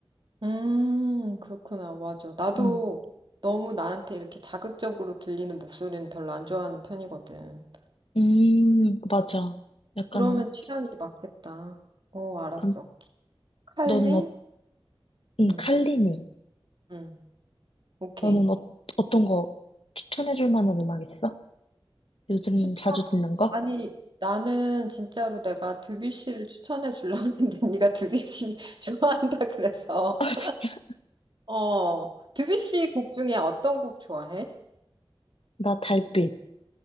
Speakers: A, on the right (about 55°); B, on the left (about 85°).
A: 음, 그렇구나. 맞아. 나도
B: 음,
A: 너무 나한테 이렇게 자극적으로 들리는 목소리는 별로 안 좋아하는 편이거든.
B: 음, 맞아. 약간,
A: 그러면 취향이 맞겠다. 어, 알았어.
B: 그럼
A: 칼린?
B: 너는 어, 음,
A: 응,
B: 칼리니.
A: 응. 오케이.
B: 너는 어, 어떤 거 추천해줄 만한 음악 있어? 요즘
A: 추천.
B: 자주 듣는 거?
A: 아니, 나는 진짜로 내가 드뷔시를 추천해 주려고 했는데 <laughs> 네가 드뷔시 <laughs> 좋아한다 그래서.
B: <laughs> 아, 진짜?
A: 어, 드뷔시 곡 중에 어떤 곡 좋아해?
B: 나 달빛.